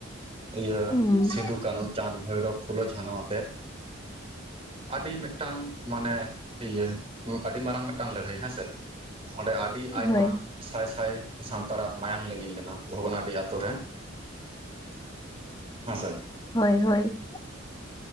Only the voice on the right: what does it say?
ᱤᱭᱟᱹ
ᱥᱤᱫᱩ, ᱠᱟᱹᱱᱦᱩ, ᱪᱟᱸᱫᱽ, ᱵᱷᱳᱚᱭᱨᱚᱵ, ᱯᱷᱩᱞᱳ, ᱡᱷᱟᱱᱚ ᱟᱛᱮᱫ᱾ ᱟᱰᱤ ᱢᱤᱫᱴᱟᱝ ᱢᱟᱱᱮ ᱤᱭᱟᱹ ᱱᱚᱣᱟᱠᱚ ᱟᱹᱰᱤ ᱢᱟᱨᱟᱝ ᱢᱤᱫᱴᱟᱝ ᱞᱟᱹᱲᱦᱟᱹᱭ ᱦᱮᱸᱥᱮ, ᱚᱸᱰᱮ ᱟᱰᱤ ᱟᱭᱢᱟ
ᱥᱟᱭ ᱥᱟᱭ ᱥᱟᱱᱛᱟᱲᱟᱜ ᱢᱟᱭᱟᱝ ᱞᱤᱸᱜᱤ ᱞᱮᱱᱟ ᱵᱷᱚᱜᱽᱱᱟᱰᱤ ᱟᱹᱛᱩ ᱨᱮ᱾ ᱦᱮᱸ ᱥᱮ᱾